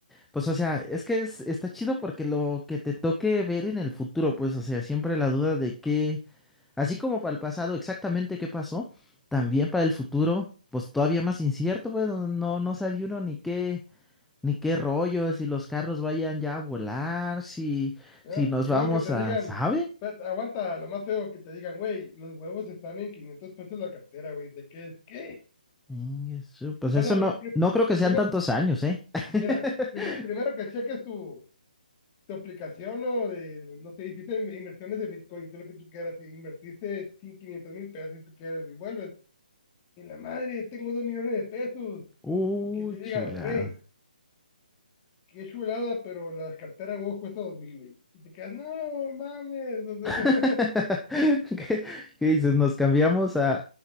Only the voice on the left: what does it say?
¿no?
Y
luego que te
digan,
espérate, aguanta, lo más feo que te digan, güey, los huevos están en 500 pesos la cartera, güey, ¿de qué es? ¿Qué?
O
sea,
prim- prim-
primero,
mira, prim- primero que cheques tu... tu aplicación o de, no sé, hiciste in- inversiones de Bitcoin, todo lo que tú quieras, e invertiste quinientos mil pesos si tú quieres y vuelves Y la madre, tengo dos millones de pesos.
Y que te diga,
güey, qué chulada, pero la cartera, güey, cuesta dos mil, güey. Y te quedas, no, mames. o sea,